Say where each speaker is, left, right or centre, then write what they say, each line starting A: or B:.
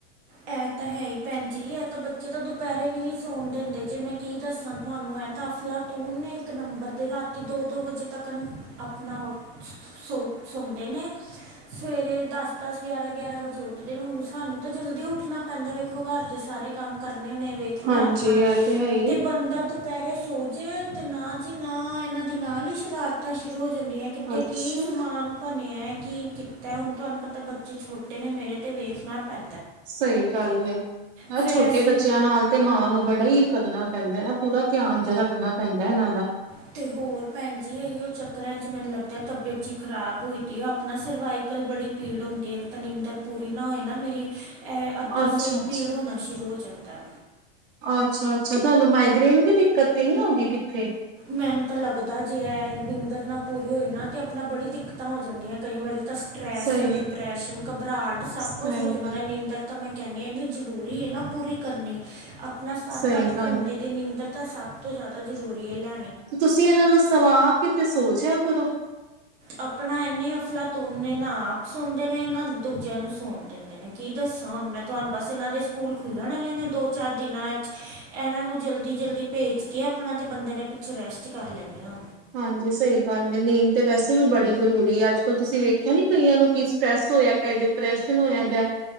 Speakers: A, on the right; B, on the right.
A: ਇਹ ਤਾਂ ਹੈ ਹੀ ਭੈਣ ਜੀ ਇਹ ਤਾਂ ਬੱਚੇ ਤਾਂ ਦੁਪਹਿਰੇ ਵੀ ਨਹੀਂ ਸੌਣ ਦਿੰਦੇ ਜੇ ਮੈਂ ਕੀ ਦੱਸਾਂ ਤੁਹਾਨੂੰ ਹੈ ਤਾਂ ਅਫਲਾ ਤੁਨ ਇੱਕ ਨੰਬਰ ਦੇ ਰਾਤੀ ਦੋ ਦੋ ਵਜੇ ਤੱਕ ਆਪਣਾ ਸੋ ਸੌ ਦੇ ਨੇ ਸਵੇਰੇ <unintelligible> ਦਸ ਦਸ ਗਿਆਰਾਂ ਗਿਆਰਾਂ ਵਜੇ ਉੱਠਦੇ ਨੇ ਹੁਣ ਸਾਨੂੰ ਤਾਂ ਜਲਦੀ ਉੱਠ ਉੱਠਣਾ ਪੈਂਦਾ ਵੇਖੋ ਘਰ ਦੇ ਸਾਰੇ ਕੰਮ ਕਰਨੇ ਨੇ ਵੇਖਣਾ
B: ਹਾਂਜੀ
A: ਆਪਣਾ
B: ਇਹ ਹੈ ਹੀ ਹੈ।
A: ਤੇ ਬੰਦਾ ਦੁਪਹਿਰੇ ਸੋਜੇ ਤੇ ਨਾ ਜੀ ਨਾ ਇਹਨਾਂ ਦੀ ਨਾਲ ਹੀ ਸ਼ਰਾਰਤਾਂ ਸ਼ੁਰੂ ਹੋ ਜਾਂਦੀਆਂ ਕਿੱਥੇ
B: ਅੱਛਾ
A: ਕੀ ਸਮਾਨ ਭਣਿਆ ਕੀ ਕੀਤਾ ਹੁਣ ਤੁਹਾਨੂੰ ਪਤਾ ਬੱਚੇ ਛੋਟੇ ਨੇ ਮੇਰੇ ਤੇ ਵੇਖਣਾ ਪੈ
B: ਸਹੀ ਗੱਲ ਹੈ ਹੈ
A: ਫਿਰ
B: ਛੋਟੇ
A: ਅਸੀਂ
B: ਬੱਚਿਆਂ ਨਾਲ ਤੇ ਮਾਂ ਨੂੰ ਬੜਾ ਹੀ ਕਰਨਾ ਪੈਂਦਾ ਹੈ ਨਾ ਪੂਰਾ ਧਿਆਨ ਜੇ ਰੱਖਣਾ ਪੈਂਦਾ ਇਹਨਾਂ ਦਾ
A: ਅਤੇ ਹੋਰ ਭੈਣ ਜੀ ਇਹੀਓ ਚੱਕਰਾਂ 'ਚ ਮੈਨੂੰ ਲੱਗਦਾ ਤਬੀਅਤ ਜਿਹੀ ਖ਼ਰਾਬ ਹੋਈ ਦੀ ਹੈ ਆਪਣਾ ਸਰਵਾਈਕਲ ਬੜੀ ਪੀੜ ਹੁੰਦੀ ਹੈ ਇੱਕ ਤਾਂ ਨੀਂਦਰ ਪੂਰੀ ਨਾ ਹੋਏ ਨਾ ਮੇਰੀ ਇਹ ਅੱਧਾ
B: ਅੱਛਾ
A: ਸਿਰ
B: ਅੱਛਾ
A: ਪੀੜ ਹੋਣਾ ਸ਼ੁਰੂ ਹੋ <inaudible>
B: ਅੱਛਾ ਅੱਛਾ ਤੁਹਾਨੂੰ ਮਾਈਗ੍ਰੇਨ ਦੀ ਦਿੱਕਤ ਤੇ ਨਹੀਂ ਹੋ ਗਈ ਕਿੱਥੇ
A: ਮੈਨੂੰ ਤਾਂ ਲੱਗਦਾ ਜੇ ਇਹ ਨੀਂਦਰ ਨਾ ਪੂਰੀ ਹੋਈ ਨਾ ਤੇ ਆਪਣਾ ਬੜੀ ਦਿੱਕਤਾਂ ਹੋ ਜਾਂਦੀਆਂ ਕਈ ਵਾਰੀ ਤਾਂ ਸਟਰੈੱਸ
B: ਸਹੀ
A: ਡਿਪਰੈਸ਼ਨ ਘਬਰਾਹਟ ਸਭ
B: ਸਹੀ
A: ਕੁਛ ਹੋ ਜਾਂਦਾ
B: ਗੱਲ
A: ਨੀਦਰ ਤਾਂ ਮੈਂ ਕਹਿਣੇ ਆ ਨਾ ਜ਼ਰੂਰੀ ਆ ਨਾ ਪੂਰੀ ਕਰਨੀ ਆਪ ਆਪਣਾ ਸੱਤ
B: ਸਹੀ
A: ਅੱਠ
B: ਗੱਲ
A: ਘੰਟੇ
B: ਹੈ,
A: ਦੇ ਨਿਦਰ ਤਾਂ ਸਭ ਤੋਂ ਜ਼ਿਆਦਾ ਜ਼ਰੂਰੀ ਹੈ ਲ
B: ਤੁਸੀਂ ਇਹਨਾਂ ਨੂੰ ਸਵਾ ਕੇ ਤੇ ਸੋਜਿਆ ਕਦੋ
A: ਆਪਣਾ ਇਨੇ ਅਫਲਾ ਤੋਨ ਨੇ ਨਾ ਆਪ ਸੁਣਦੇ ਨੇ ਨਾ ਦੂਜਿਆਂ ਨੂੰ ਸਣ ਦਿੰਦੇ ਨੇ ਕੀ ਦੱਸਾਂ ਹੁਣ ਮੈਂ ਤੁਹਾਨੂੰ ਬਸ ਇਹਨਾਂ ਦੇ ਸਕੂਲ ਖੁੱਲਣ ਵਾਲੇ ਨੇ ਦੋ ਚਾਰ ਦਿਨਾਂ ਵਿੱਚ ਇਹਨਾਂ ਨੂੰ ਜਲਦੀ ਜਲਦੀ ਭੇਜ ਕੇ ਆਪਣਾ ਤੇ ਬੰਦੇ ਨੇ ਪਿੱਛੇ ਰੈਸਟ ਕਰ ਲੈਣੀ ਆ
B: ਹਾਂਜੀ ਸਹੀ ਗੱਲ ਹੈ ਨੀਂਦ ਤਾਂ ਵੈਸੇ ਵੀ ਬੜੀ ਜ਼ਰੂਰੀ ਹੈ ਅੱਜ ਕੱਲ੍ਹ ਤੁਸੀਂ ਵੇਖਿਆ ਨੀ ਕਈਆਂ ਨੂੰ ਕੀ ਸਟਰ੍ਰੈੱਸ ਹੋਇਆ ਪਏ ਡਿਪਰੈਸ਼ਨ ਹੋਇਆ ਦਾ